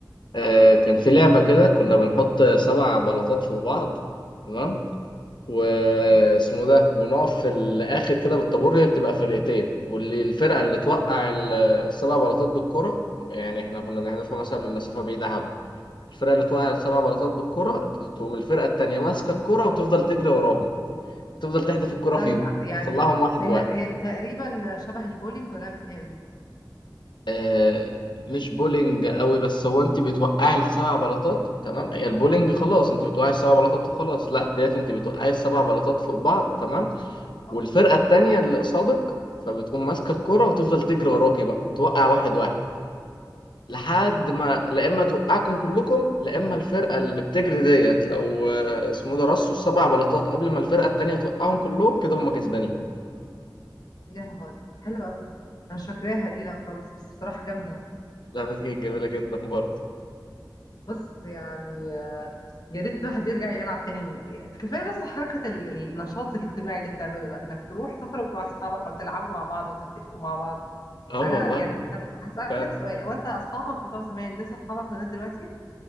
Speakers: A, on the left; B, on the left.
A: آه، كان في لعبة كده كنا بنحط سبع بلاطات فوق بعض تمام واسمه
B: اه
A: ده ونقف في الاخر كده بالطابور هي بتبقى فرقتين واللي الفرقه اللي توقع ال- السبع بلاطات بالكرة يعني احنا كنا بنحذفها مثلا من مسافه بعيده حبه الفرقه اللي توقع السبع بلاطات بالكرة تقوم الفرقه التانيه ماسكه الكرة وتفضل تجري وراهم تفضل تحدف الكرة فيهم
B: استنى يعني
A: تطلعهم واحد
B: هي
A: واحد
B: هي تقريبا شبه البولينج ولا أنا بتهيألي
A: آه مش بولينج قوي بس هو انت بتوقعي السبع بلاطات تمام هي البولينج خلاص انت بتوقعي السبع بلاطات وخلاص لا ديت انت بتوقعي السبع
B: صح
A: بلاطات فوق بعض تمام
B: اه
A: والفرقة التانية اللي قصادك فبتقوم ماسكة الكرة وتفضل تجري وراكي بقى توقع واحد واحد لحد ما لا اما توقعكم كلكم لا اما الفرقة اللي بتجري ديت لو آه، اسمه ده رصوا السبع بلاطات قبل ما الفرقة التانية توقعهم كلهم كده هم كسبانين
B: يا نهاري حلوة أوي دي أنا مش فاكراها دي لا خالص بس بصراحة جامدة
A: لعبة كانت جميلة جدا برضه
B: بص يعني آه، يا ريت الواحد يرجع يلعب تاني كفاية بس حركة ال- النشاط الاجتماعي اللي بتعمله ده إنك تروح تخرج مع أصحابك أو تلعبوا مع بعض أو تتفقوا مع بعض
A: اه والله
B: أنا يعني أنت هسألك
A: فعلا.
B: سؤال هو أنت أصحابك بتوع زمان لسه أصحابك لغاية دلوقتي؟